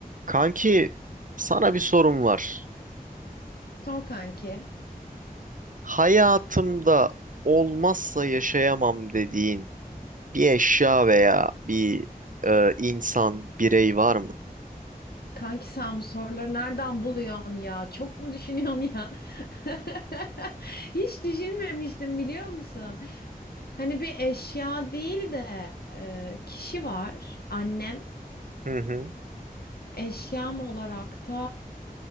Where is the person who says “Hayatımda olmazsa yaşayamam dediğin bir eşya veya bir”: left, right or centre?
Right